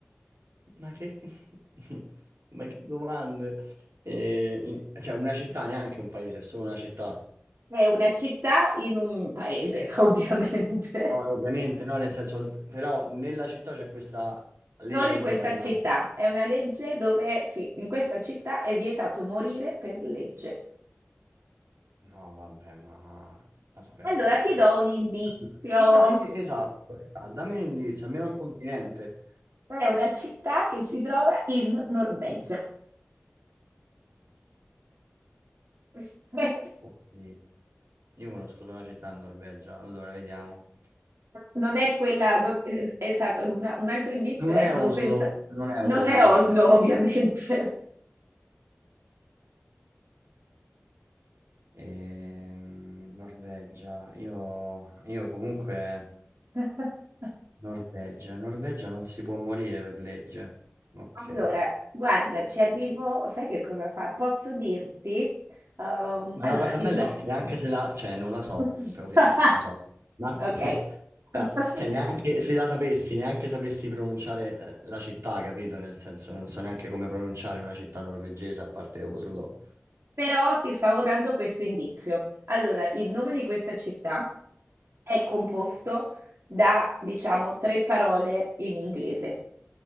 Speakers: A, on the right; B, on the right.
A: Ma che, <laughs> ma che domande? Eh, in- cioè, una città neanche un paese, è solo una città.
B: È una città in un paese, <laughs> ovviamente.
A: No, ovviamente, no, nel senso, però nella città c'è questa legge
B: Solo in
A: interna.
B: questa città. È una legge dove, sì, in questa città è vietato morire per legge.
A: No, vabbè, ma aspetta,
B: Allora
A: aspetta,
B: ti
A: allora.
B: do un indizio.
A: Eh, no, un indi- esatto, esatto, dammi un indizio, almeno il continente.
B: È una città che si trova in Norvegia. <laughs>
A: Oddio, Io conosco solo una città in Norvegia, allora vediamo.
B: Non è quella, no- eh, esatto, una- un altro indizio
A: Non
B: è
A: è
B: non
A: Oslo,
B: pensa,
A: non è Oslo.
B: non è Oslo, ovviamente.
A: Ehm, Norvegia, io, io comunque...
B: <laughs>
A: Norvegia. Norvegia non si può morire per legge. Ok.
B: Allora, guarda, ci arrivo, sai che cosa fa? Posso dirti? Ehm,
A: Ma
B: allora,
A: la No, cosa
B: il
A: bella
B: no...
A: è che anche se la... cioè non la so,
B: <laughs>
A: cioè, ovviamente non la so. Ma
B: Ok.
A: <laughs> ora,
B: <laughs>
A: cioè, neanche se la sapessi, neanche sapessi pronunciare eh, la città, capito? Nel senso, non so neanche come pronunciare una città norvegese a parte Oslo.
B: Però ti stavo dando questo indizio. Allora, il nome di questa città è composto da, diciamo, tre parole in inglese.